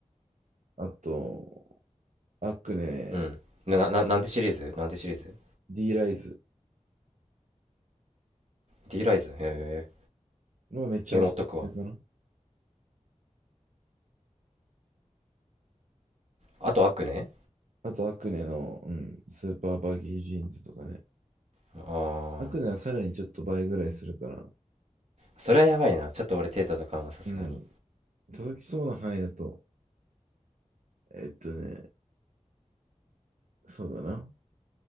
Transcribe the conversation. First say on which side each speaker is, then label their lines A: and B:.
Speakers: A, on the right (about 75°); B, on the right (about 60°).
A: あと、アクネ、
B: うん。な、な、ななんてシリーズなんてシリーズ
A: D ライズ
B: ?D ライズへえ。
A: のがめっちゃおすすめかな。
B: メモっとくわ。あと悪ね
A: あと、アクネの、うん、スーパーバギージーンズとかね。
B: ああー。
A: アクネはさらにちょっと倍ぐらいするから、
B: それはやばいな。ちょっと俺テータとかもさすがに。
A: うん、届きそうな範囲だと、えっとね、そうだな。